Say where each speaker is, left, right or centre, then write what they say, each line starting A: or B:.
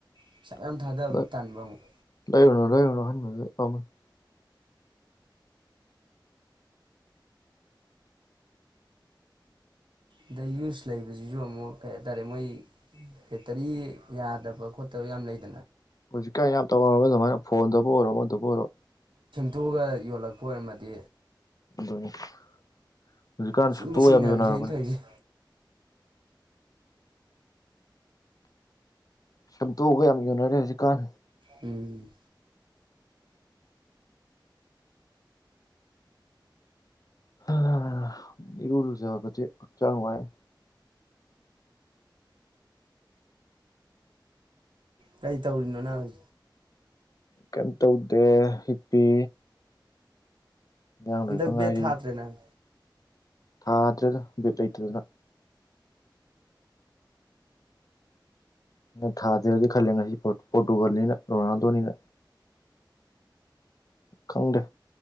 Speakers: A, on the right (about 80°); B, on the left (about 50°).
A: ꯄꯩꯁꯥ
B: ꯅꯣꯗꯥꯅꯣ
A: ꯃꯌꯥꯝ ꯊꯥꯗꯕꯗ ꯇꯟꯕ ꯑꯃꯨꯛ ꯑꯗꯩ ꯌꯨꯁ ꯂꯩꯕꯁꯤꯁꯨ ꯑꯃꯨꯛ ꯀꯩ ꯍꯥꯏꯇꯥꯔꯦ ꯃꯣꯏ ꯕꯦꯇꯔꯤ ꯌꯥꯗꯕ ꯈꯣꯠꯇꯕ ꯌꯥꯝ ꯂꯩꯇ
B: ꯍꯧꯖꯤꯛꯀꯥꯟ ꯌꯥꯝ ꯇꯧꯅꯔꯝꯅꯦ ꯑꯗꯨꯃꯥꯏꯅ ꯐꯣꯟꯗꯕꯨ ꯑꯣꯏꯔꯣ ꯑꯃꯗꯕꯨ ꯑꯣꯏꯔꯣ
A: ꯇꯨꯒ ꯌꯣꯜꯂꯛꯄ ꯑꯣꯏꯔꯝꯃꯗꯤ
B: ꯑꯗꯨꯅꯤ ꯍꯧꯖꯤꯛꯀꯥꯟ
A: ꯏꯆꯤꯡꯗ
B: ꯁꯞꯇꯣ
A: ꯆꯤꯡꯅꯕꯤꯅꯦ
B: ꯌꯥꯝ ꯌꯣꯅꯔꯕꯅꯤ
A: ꯑꯩꯅ ꯇꯧꯔꯤꯁꯦ
B: ꯁꯦꯝꯇꯣꯒꯥ ꯌꯥꯝ ꯌꯣꯅꯔꯦ ꯍꯧꯖꯤꯛꯀꯥꯟ꯫
A: ꯎꯝ
B: ꯍꯥ ꯏꯔꯨ ꯂꯨꯖꯕꯥꯖꯤ ꯍꯛꯆꯥꯡ ꯅꯨꯡꯉꯥꯏ꯫
A: ꯀꯩ ꯇꯧꯔꯤꯅꯣ ꯅꯪ?
B: ꯀꯩꯝ ꯇꯧꯗꯦ ꯍꯤꯞꯄꯤ꯫ <unintelligible>
A: ꯍꯟꯗꯛ
B: ꯉꯥꯏꯔꯤ
A: ꯕꯦꯠ ꯊꯥꯗ꯭ꯔꯦ ꯅꯪ
B: ꯊꯥꯗ꯭ꯔꯦꯗ ꯚꯤꯠ ꯂꯩꯇꯗꯅ꯫ ꯅ ꯊꯥꯗꯔꯗꯤ ꯈꯜꯂꯦ ꯉꯁꯤ ꯄꯣꯔꯇꯨꯒꯜꯅꯤꯅ ꯔꯣꯅꯥꯜꯗꯣꯅꯤꯅ ꯈꯪꯗꯦ